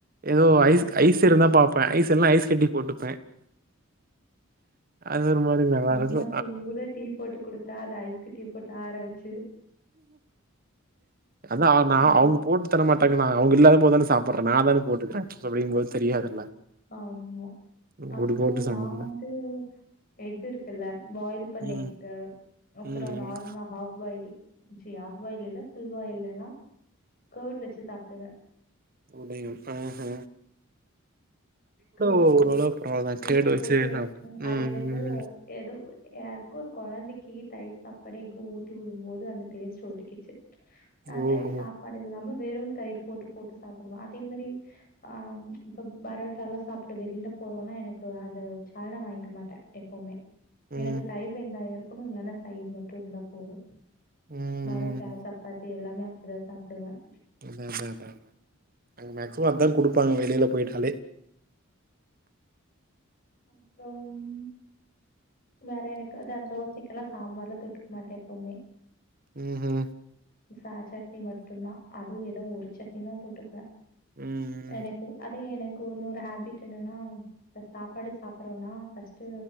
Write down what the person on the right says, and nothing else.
ஏதோ ஐஸ் ஐஸ் இருந்தா பாப் ப்ப ஐஸ் இல்லனா ஐஸ் கட்டிய போட்டுப் அது ஒரு மாரி நல்லாருக்கு
அதா ஆனா
அவங்க போட்டு தர மா மாட்டங்கான் அவங்க முதல போதான சாப்படுறே நானனே போட்டுக்கேன் அப்டிங்கும் போது தெரியாதுல்ல
அப்படி
போட்டு சமைப்பே
ம்
ம் ம்
அடையும் ஆஹஹ
ஓரளவுக்கு
பரவால்லதா
கேடு வச்சு
சாப்
ம்
ம்
ஓஹோ
ம்
ம்
அதான் அதான் அங்க மேக்சிமம் அதான் கொடுப்பாங்க வெளியல போயிட்டலே
ம் ம்
ம்